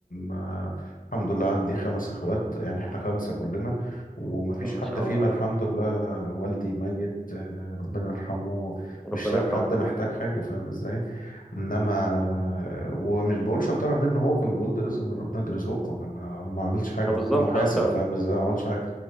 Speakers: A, on the left; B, in the centre.
A: آه، الحمد لله عندي خمس اخوات يعني احنا خمسة كلنا ومفيش
B: ما
A: حد
B: شاء
A: فينا
B: الله عليكم
A: الحمد لله والدي ميت آه، ربنا يرحمه
B: ربنا
A: مش سايب
B: يرحمه
A: حد
B: يا
A: محتاج
B: رب
A: حاجة فاهم ازاي انما آه، ومش بقول شطارة منه هو كان بيقول ده رزق من ربنا ده رزقكم انا ما ما عملتش حاجة
B: اه
A: أنا
B: بالظبط
A: كنت محاسب
B: ده فعلا
A: فاهم ازاي ما عملتش حاجة